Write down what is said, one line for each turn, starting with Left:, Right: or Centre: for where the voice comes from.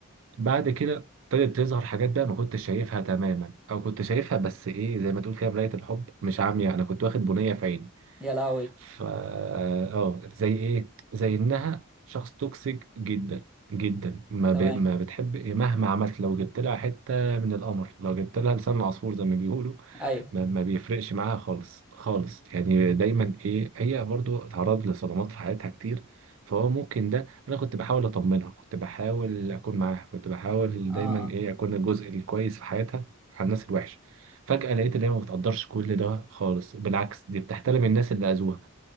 Right: بعد كده ابتدت تظهر حاجات بقى ما كنتش شايفها تماما أو كنت شايفها بس إيه زي ما تقول كده مراية الحب مش عامية أنا كنت واخد بنية في عيني
Centre: يا لهوي
Right: ف اه زي ايه زي انها شخص توكسيك جدا جدا ما,
Centre: تمام
Right: ب... ما بتحب مهما عملت لو جبت لها حته من القمر لو جبت لها لسان عصفور زي ما بيقولوا
Centre: ايوه
Right: ما, ما بيفرقش معاها خالص خالص يعني دايما ايه هي برضو اتعرضت لصدمات في حياتها كتير فهو ممكن ده انا كنت بحاول اطمنها كنت بحاول اكون معاها كنت بحاول
Centre: اه
Right: دايما
Centre: آه.
Right: ايه اكون الجزء الكويس في حياتها على الناس الوحشه فجأة لقيت ان هي ما بتقدرش كل ده خالص بالعكس دي بتحترم الناس اللي اذوها